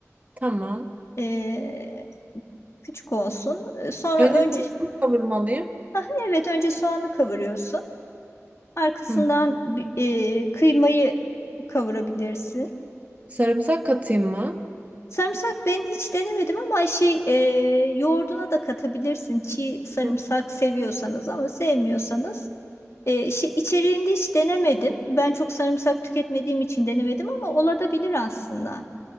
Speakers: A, on the right; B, on the left.
A: Tamam.
B: E, küçük olsun. E, Sonra
A: Önce
B: önce
A: sarımsak kavurmalıyım.
B: Aha, evet önce soğanı kavuruyorsun. Arkasından
A: Hı.
B: bi- e, kıymayı kavurabilirsin.
A: Sarımsak katayım mı?
B: Sarımsak ben hiç denemedim ama şey e, yoğurduna da katabilirsin çiğ sarımsak
A: Hı.
B: seviyorsanız ama sevmiyorsanız e, şey, içeriğinde hiç denemedim. Ben çok sarımsak tüketmediğim için denemedim ama olabilir aslında.